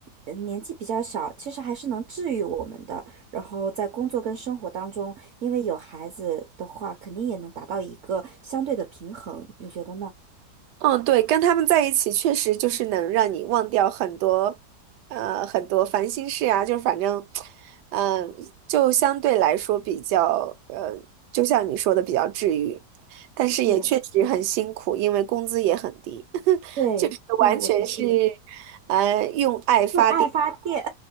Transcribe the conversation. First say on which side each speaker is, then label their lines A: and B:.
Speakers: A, on the right; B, on the right.
A: 呃年纪比较小，其实还是能治愈我们的。然后在工作跟生活当中，因为有孩子的话，肯定也能达到一个相对的平衡，你觉得呢？
B: 嗯，对，跟他们在一起确实就是能让你忘掉很多，呃，很多烦心事啊，就是反正，嗯、就相对来说比较，呃，就像你说的比较治愈，但是也确实很辛苦，
A: 对。
B: 因为工资也很低，<laughs>
A: 对，
B: 就是完全是，
A: 对，我觉得也是
B: 呃，用爱发电。
A: 用爱发电。